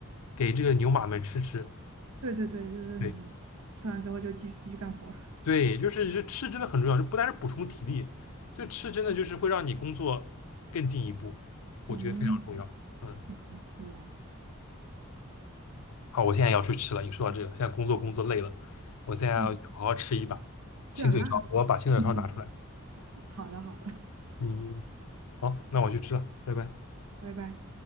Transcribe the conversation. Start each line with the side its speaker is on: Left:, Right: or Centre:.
Left: 给这个牛马们吃吃。
Right: 对对对，就是你吃完之后就继续继续干活儿
Left: 对对，就是这吃真的很重要，就不单是补充体力，就吃真的就是会让你工作更进一步，我觉得非常重要。
Right: 嗯，
Left: 嗯。
Right: 没错，
Left: 好，我现在要去吃了。你说到这个，现在工作工作累了，我现在要去好好吃一把
Right: 好，吃点辣。
Left: 清嘴烧。我要把清嘴烧拿出来。
Right: 嗯，好的，好的，
Left: 嗯，好，那我去吃了，拜拜。
Right: 拜拜。